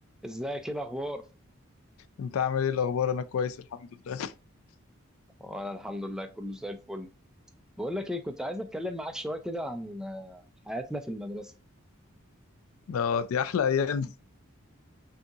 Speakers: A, in the centre; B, on the left.
A: ازيك ايه الاخبار
B: انت عامل ايه الاخبار انا كويس الحمد لله
A: وانا الحمد لله كله زي الفل بقول لك ايه كنت عايز اتكلم معاك شويه كده عن آه، حياتنا في المدرسه
B: ده دي احلى ايام دي.